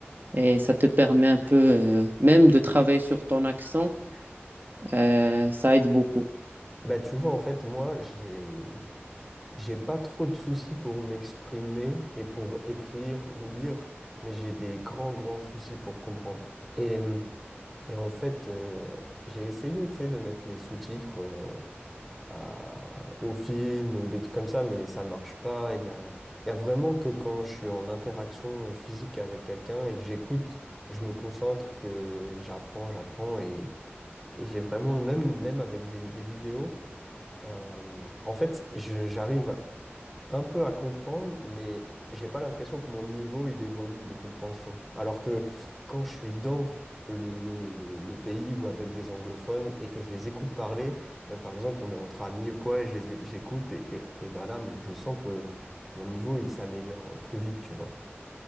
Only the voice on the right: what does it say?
et ça te permet un peu euh, même de travailler sur ton accent. Euh, ça aide beaucoup.